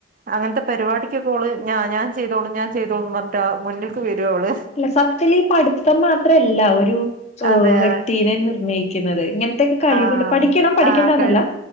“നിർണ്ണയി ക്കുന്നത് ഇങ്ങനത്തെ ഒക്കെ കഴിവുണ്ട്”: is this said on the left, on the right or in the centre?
Left